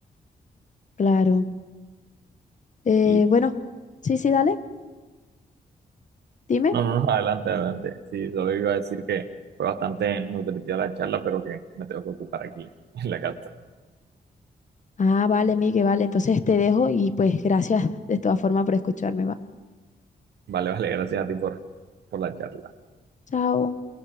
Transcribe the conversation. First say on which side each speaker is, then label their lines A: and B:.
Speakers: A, on the left; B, on the right.
A: Claro. Eh,
B: Y
A: bueno, sí, sí, dale, dime.
B: No, no, no, adelante, adelante. Sí, solo iba a decir que fue bastante nutritiva la charla, pero que me tengo que ocupar aquí en la casa.
A: Ah, vale, Miguel, vale. Entonces te dejo y pues gracias de todas formas por escucharme, va.
B: Vale, vale, gracias a ti por, por la charla.
A: Chao.